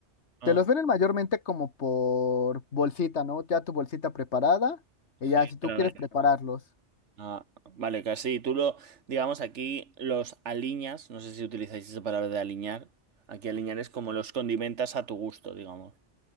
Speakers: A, on the right; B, on the left.
A: Ah,
B: te los venden mayormente como por bolsita, ¿no? Ya tu bolsita preparada, y
A: sí,
B: ya si tú
A: claro.
B: quieres prepararlos.
A: Ah, vale, casi. Tú lo, digamos, aquí los aliñas, no sé si utilizáis esa palabra de aliñar. Aquí aliñar es como los condimentas a tu gusto, digamos.